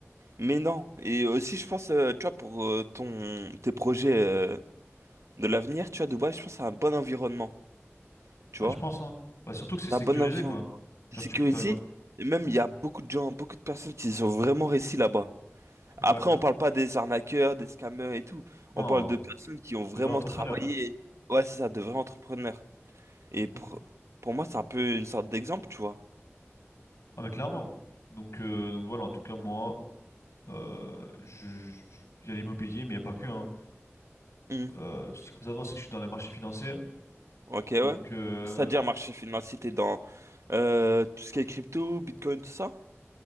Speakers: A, on the right; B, on the left.
A: mais non. Et aussi je pense euh, tu vois pour euh, ton tes projets euh, de l'avenir, tu vois Dubaï, je pense c'est un bon environnement, tu
B: Ah,
A: vois.
B: je pense, hein. Bah, surtout que c'est sécurisé,
A: un bon environnement
B: quoi. Genre,
A: de sécurité.
B: tu peux faire. grand-
A: Et même, il y a beaucoup de gens, beaucoup de personnes qui sont vraiment réussi là-bas. Après,
B: Ouais.
A: on parle pas des arnaqueurs, des scammers et tout.
B: Non,
A: On parle de
B: hein.
A: personnes qui ont vraiment
B: le vrai entrepreneur.
A: travaillé. Ouais, c'est ça, de vrais entrepreneurs. Et pour,
B: Donc,
A: pour moi, c'est un peu une sorte d'exemple, tu vois.
B: ah, mais clairement. Donc, euh, donc voilà, en tout cas, moi, euh, je, je- il y a l'immobilier, mais il n'y a pas que, hein.
A: Hmm.
B: Euh, ce qu'il faut savoir, c'est que je suis dans les marchés financiers.
A: Ok, ouais.
B: Donc, euh,
A: C'est-à-dire marché financier, t'es dans euh, tout ce qui est crypto, Bitcoin, tout ça?